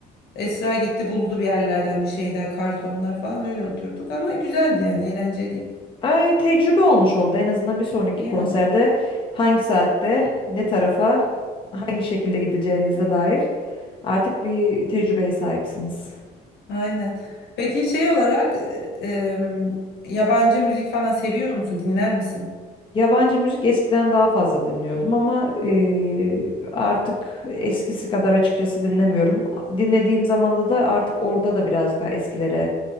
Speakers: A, on the left (about 75°); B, on the left (about 30°).
A: Esra gitti buldu bir yerlerden bir şeyler, kartonlar falan öyle oturduk ama güzeldi yani eğlenceliydi.
B: Ay tecrübe olmuş oldu. En azından bir sonraki
A: Yani
B: konserde hangi saatte, ne tarafa, hangi şekilde gideceğinize dair artık bir tecrübeye sahipsiniz.
A: aynen. Peki şey olarak e, em, yabancı müzik falan seviyor musun? Dinler misin?
B: Yabancı müzik eskiden daha fazla dinliyordum ama eee, artık eskisi kadar açıkçası dinlemiyorum. Dinlediğim zamanda da artık orada da birazcık daha eskilere